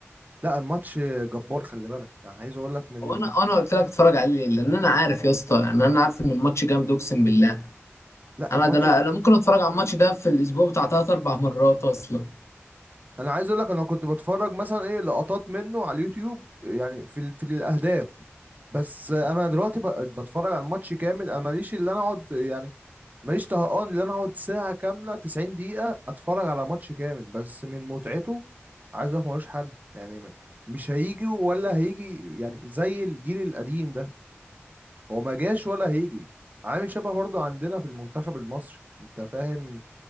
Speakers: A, on the right; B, on the left.
A: لا الماتش جبار خلي بالك يعني عايز اقول لك من
B: هو
A: الم...
B: انا انا قلت لك اتفرج عليه ليه لان انا عارف يا اسطى يعني انا عارف ان الماتش جامد اقسم بالله
A: لا
B: انا
A: الماتش
B: ده انا انا ممكن اتفرج على الماتش ده في الاسبوع بتاع ثلاث اربع مرات اصلا
A: انا عايز اقول لك انا كنت بتفرج مثلا ايه لقطات منه على اليوتيوب يعني في ال... في الاهداف بس انا دلوقتي ب... بتفرج على الماتش كامل انا ماليش اللي انا اقعد يعني ماليش طهقان اللي انا اقعد ساعة كاملة 90 دقيقة اتفرج على ماتش كامل بس من متعته عايز اقول لك ملوش حل يعني م- مش هيجي ولا هيجي يعني زي الجيل القديم ده هو ما جاش ولا هيجي عامل شبه برضو عندنا في المنتخب المصري انت فاهم